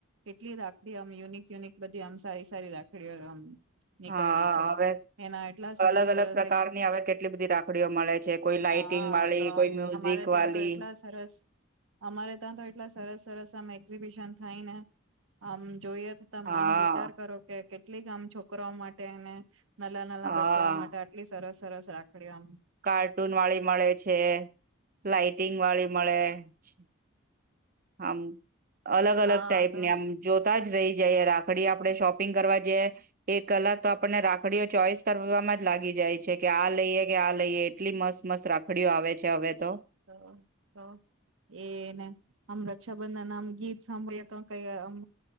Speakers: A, on the right; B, on the right.
A: કેટલી રાખડી આમ યુનિક યુનિક બધી આમ સારી સારી રાખડીઓ આમ નીકળી
B: હા
A: છે
B: હવે
A: એના એટલા સરસ
B: અલગ
A: સરસ
B: અલગ પ્રકારની
A: એક્ઝ
B: હવે કેટલી બધી રાખડીઓ મળે છે કોઈ લાાઈટિંગ
A: હા
B: વાળી
A: તો
B: કોઈ મ્યુઝિક
A: અમારે ત્યાં
B: વાલી
A: તો એટલા સરસ અમારે ત્યાં તો એટલા સરસ સરસ અમે એઝબિશન થાયને આમ જોઈએ તો તમે
B: હા
A: આમ વિચાર કરો કે કેટલી આમ છોકરાઓ માટેને નલા નાલા
B: હા
A: બચ્ચઓ માટે આટલી સરસ સરસ રાખડી આમ
B: કાર્ટૂન વાળી મળે છે લાઇટિંગ વાળી મળે છે. હમ અલગ અલગ
A: હા
B: ટાઈપને
A: તો
B: આમ જોતા જ રહી જાય રાખ રાખડી આપડણે શોપિંગ કરવા જેઈએ એક કલાક તો આપણને રાખડીઓ ચોઈસ કરવામાં જ લાગી જાય છે કે આ લઈએ કે આ લઈએ એટલી મસ્ત મસ્ત રાખડીઓ આવે છે હવે તો
A: તો તો એને આમ રક્ષાબંધન આમ ગીત સાંભળીએ તો કઈમ